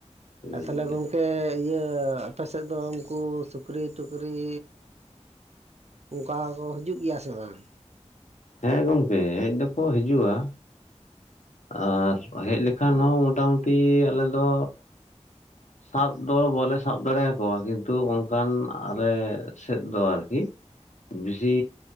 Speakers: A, on the left; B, on the right.
A: ᱥᱤᱵᱤᱞ
B: ᱟᱨ ᱛᱟᱞᱦᱮ
A: ᱜᱮᱭᱟ
B: ᱜᱚᱝ ᱠᱮ ᱤᱭᱟᱹ ᱟᱯᱮ ᱥᱮᱜ ᱫᱚ ᱩᱝᱠᱩ ᱥᱩᱠᱨᱤ ᱴᱩᱠᱨᱤ ᱚᱝᱠᱟ ᱠᱚ ᱦᱤᱡᱩᱜ ᱜᱮᱭᱟ ᱥᱮ ᱵᱟᱝ?
A: ᱦᱮᱸ ᱜᱚᱢᱠᱮ ᱦᱮᱡ ᱫᱚᱠᱚ ᱦᱤᱡᱩᱜ-ᱟ᱾ ᱟᱨ ᱦᱮᱡ ᱞᱮᱠᱷᱟᱱ ᱦᱚᱸ ᱢᱚᱴᱟ ᱢᱩᱴᱤ ᱟᱞᱮᱫᱚ ᱥᱟᱵ ᱫᱚ ᱵᱟᱞᱮ ᱥᱟᱵ ᱫᱟᱲᱮᱭᱟᱠᱚᱣᱟ ᱠᱤᱱᱛᱩ ᱚᱝᱠᱟᱱ ᱟᱞᱮ ᱥᱮᱫ ᱫᱚ ᱟᱨᱠᱤ᱾
B: <unintelligible> ᱾
A: ᱵᱤᱥᱤᱻ